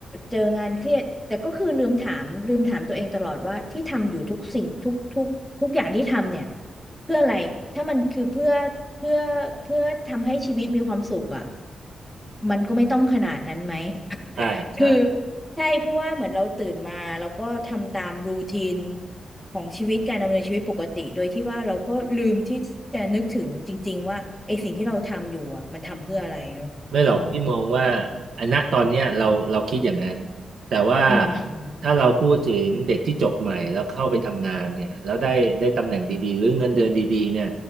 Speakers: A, in the centre; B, on the right.
A: เจองานเครียดแต่ก็คือลืมถามลืมถามตัวเองตลอดว่าที่ทำอยู่ทุกสิ่งทุกทุกทุกอย่างที่ทำเนี่ยเพื่ออะไรถ้ามันคือเพื่อเพื่อเพื่อทำให้ชีวิตมีความสุขอ่ะมันก็ไม่ต้องขนาดนั้นไหม
B: ใช่ใช่
A: คือใช่เพราะว่าเหมือนเราตื่นมาเราก็ทำตามรูทีนของชีวิตการดำเนินชีวิตปกติโดยที่ว่าเราก็ลืมที่จะนึกถึงจริงๆว่าไอ้สิ่งที่เราทำอยู่อ่ะมันทำเพื่ออะไรเนาะอืม
B: ไม่หรอกพี่มองว่าอันณตอนเนี้ยเราเราคิดอย่างนั้นแต่ว่า
A: อืมอืม
B: ถ้าเราพูดถึงเด็กที่จบใหม่แล้วเข้าไปทำงานเนี่ยแล้วได้ได้ตำแหน่งดีๆหรือเงินเดือนดีๆเนี่ย